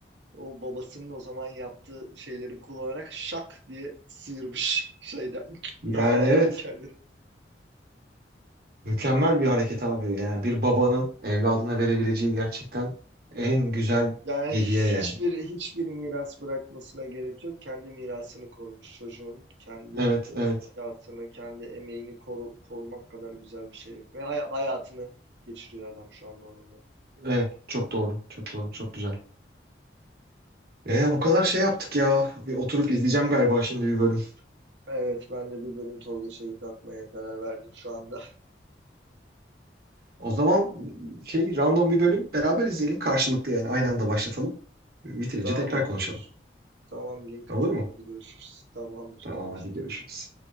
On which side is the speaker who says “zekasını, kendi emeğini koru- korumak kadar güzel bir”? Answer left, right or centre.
Right